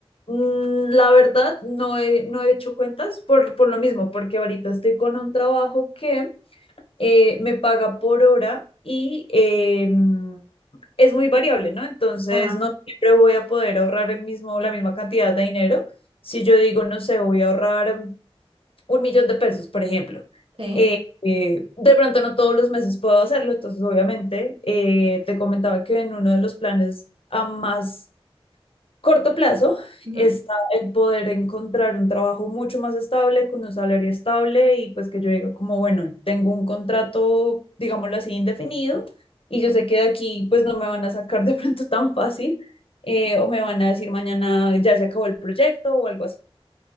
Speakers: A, on the left (about 60°); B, on the right (about 60°).
A: Mm, La verdad, no he, no he hecho cuentas por, por lo mismo, porque ahorita estoy con un trabajo que eh, me paga por hora y eh, mm, es muy variable, ¿no? Entonces,
B: Ajá,
A: no siempre voy a poder ahorrar el mismo, la misma cantidad de dinero. Si yo digo, no sé, voy a ahorrar un millón de pesos, por ejemplo.
B: sí.
A: eh, eh, de pronto no todos los meses puedo hacerlo, entonces obviamente eh, te comentaba que en uno de los planes a más corto plazo
B: Ujú.
A: está el poder encontrar un trabajo mucho más estable, con un salario estable y pues que yo diga como, bueno, tengo un contrato, digámoslo así, indefinido y yo sé que de aquí pues no me van a sacar de pronto tan fácil eh, o me van a decir mañana ya se acabó el proyecto o algo así.